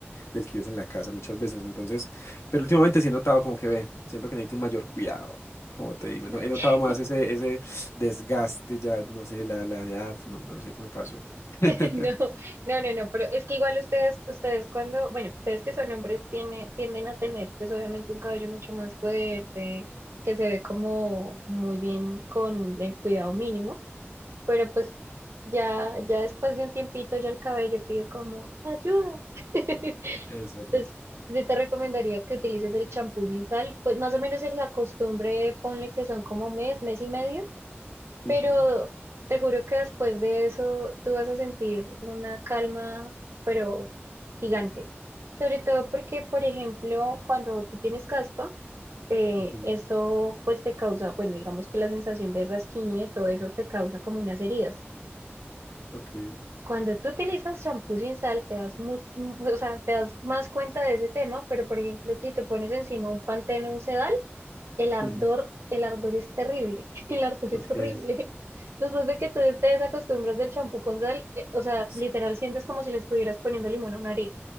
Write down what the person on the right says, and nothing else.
<laughs>
<laughs> No, no, no, no, pero es que igual ustedes, ustedes cuando, bueno, ustedes que son hombres tienen, tienden a tener pues obviamente un cabello mucho más fuerte, que se ve como muy bien con el cuidado mínimo, pero pues ya, ya después de un tiempito ya el cabello pide como ayuda. <laughs>
Entonces, yo te recomendaría que utilices el champú sin sal, pues más o menos es la costumbre, ponle que son como mes, mes y medio
pero te juro que después de eso tú vas a sentir una calma, pero gigante. Sobre todo porque, por ejemplo, cuando tú tienes caspa, eh,
eso pues te causa, bueno, digamos que la sensación de rasquiñe, todo eso te causa como unas heridas.
Cuando tú utilizas champú sin sal, te das, mu- mu- o sea, te das más cuenta de ese tema, pero por ejemplo, si te pones encima un Pantene o un Sedal, el ardor,
el ardor es terrible, <laughs> el ardor
es horrible. Después de que tú te desacostumbras del champú con sal, eh, o sea,
literal sientes como si le estuvieras poniendo limón a una herida.